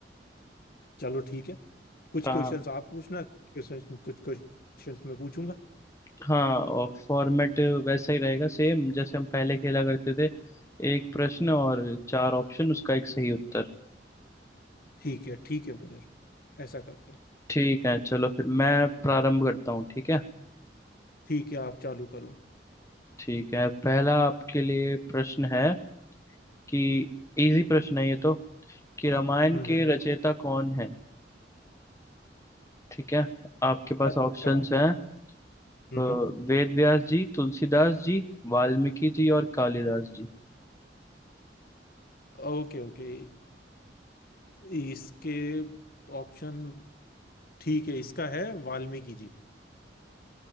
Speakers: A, on the left; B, on the left.
A: चलो ठीक है कुछ
B: हाँ
A: क्वेश्चंस आप पूछना कुछ क्वेश्चंस कुछ क्वेश्चंस मैं पूछूंगा
B: हाँ और फॉर्मेट वैसा ही रहेगा सेम जैसे हम पहले खेला करते थे एक प्रश्न और चार ऑप्शन उसका एक सही उत्तर
A: ठीक है ठीक है ब्रदर ऐसा करते हैं
B: ठीक है चलो फिर मैं प्रारंभ करता हूँ ठीक है
A: ठीक है आप चालू करो
B: ठीक है पहला आपके लिए प्रश्न है कि इजी प्रश्न है ये तो कि रामायण
A: हम्म
B: के
A: हम्म
B: रचयिता कौन है ठीक है आपके पास
A: अच्छा
B: ऑप्शंस हैं
A: हम्म
B: अ, वेद व्यास जी तुलसीदास जी वाल्मीकि जी और कालिदास जी
A: Okay okay इसके ऑप्शन ठीक है इसका है वाल्मीकि जी